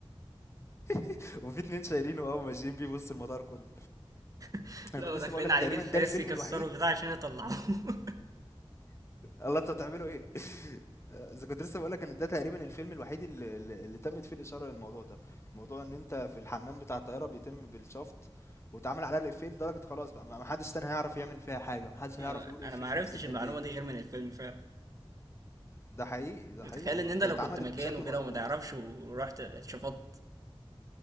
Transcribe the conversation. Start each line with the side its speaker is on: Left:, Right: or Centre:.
Left: <laughs> وفي اتنين شايلينه او ماشيين بيه بص المطار كله
Right: <applause>
Left: انا
Right: لو
Left: كنت لسه
Right: داخلين
Left: بقول لك
Right: <laughs> عليه
Left: تقريبا
Right: بالفاس
Left: ده الفيلم
Right: يكسروا
Left: الوحيد
Right: البتاع عشان يطلعوه <laughs>
Left: الله انتوا بتعملوا ايه اذا كنت لسه بقول لك ان ده تقريبا الفيلم الوحيد اللي, اللي اللي تمت فيه الاشاره للموضوع ده موضوع ان انت في الحمام بتاع الطياره بيتم بالشفط واتعمل عليها الافيه لدرجه خلاص بقى ما ما حدش تاني هيعرف يعمل فيها حاجه ما حدش
Right: <applause>
Left: هيعرف يقول
Right: انا
Left: افيه
Right: ما
Left: في
Right: عرفتش
Left: نفس الحته
Right: المعلومه
Left: دي
Right: دي غير من الفيلم فعلا
Left: ده حقيقي، ده حقيقي،
Right: تخيل
Left: وات
Right: ان انت لو
Left: اتعملت
Right: كنت مكانه
Left: بشكل
Right: كده
Left: مضبوط.
Right: وما تعرفش ورحت شفطت